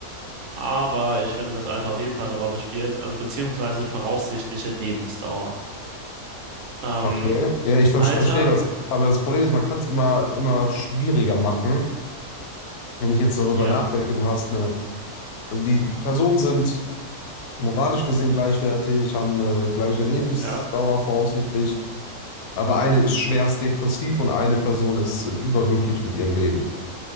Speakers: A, on the right (about 65°); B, on the left (about 80°).
A: aber ich finde, das Alter auf jeden Fall eine Rolle spielt, also beziehungsweise voraussichtliche Lebensdauer. Ähm,
B: okay. Ja, ich ver
A: Alter,
B: verstehe das. Aber das Problem ist, man kann es immer, immer schwieriger machen. Wenn ich jetzt darüber
A: ja,
B: nachdenke, du hast eine Also die Personen sind moralisch gesehen gleichwertig, haben eine gleiche Lebensdauer
A: ja,
B: voraussichtlich, aber eine ist schwerst depressiv und eine Person ist äh, überglücklich mit ihrem Leben.